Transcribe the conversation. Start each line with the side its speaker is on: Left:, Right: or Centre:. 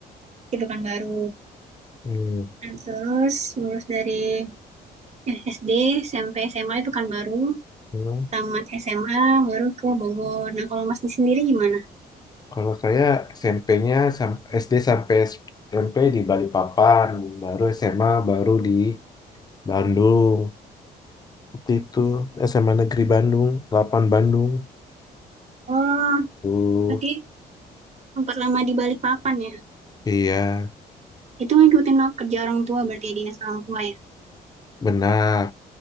Right: itu kan baru,
Left: Hmm,
Right: nah, terus lulus dari eh, SD sampai SMA itu kan baru,
Left: hmm.
Right: tamat SMA baru ke Bogor. Nah kalau Mas sendiri gimana?
Left: Kalau saya SMP-nya sam- SD sampai SMP di Balikpapan, baru SMA baru di Bandung. Seperti itu SMA Negeri Bandung, 8 Bandung.
Right: Oh,
Left: Tuh,
Right: berarti tempat lama di Balikpapan ya?
Left: iya,
Right: Itu ngikutin lo- kerja orang tua berarti ya, dinas orang tua ya.
Left: benar.